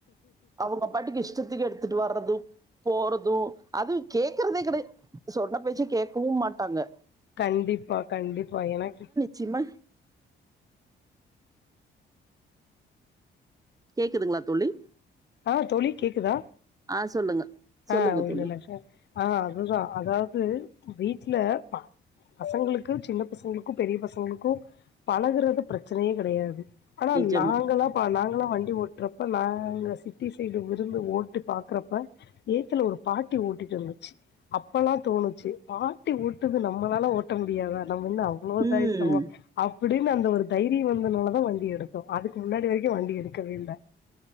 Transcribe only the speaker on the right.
அவுங்க பாட்டுக்கு இஷ்டத்திக்கு எடுத்துட்டு வர்றது போறது அது கேக்குறதே கெடய சொன்ன பேச்சக் கேக்கவு மாட்டாங்க
சிம்ம கேக்குதுங்ளா தோழி
ஆ சொல்லுங்க சொல்லுங்க
தோழி
நிஜமா
ம்